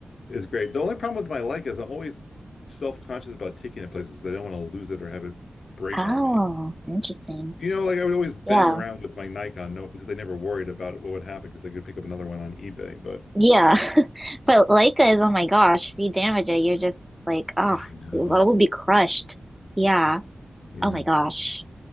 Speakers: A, on the left; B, in the centre.
A: is great. The only problem with my like is I'm always self-conscious about taking it places because I don't want to lose it or have it break
B: Oh,
A: on me.
B: interesting.
A: You know, like I would always bang
B: Yeah.
A: around with my Nikon note because I never worried about what would happen because I could pick up another one on eBay. But
B: Yeah. <laughs> But Leica is, oh my gosh, if you damage it, you're just like, oh,
A: yeah, I know.
B: it will be crushed. Yeah.
A: Yeah.
B: Oh my gosh.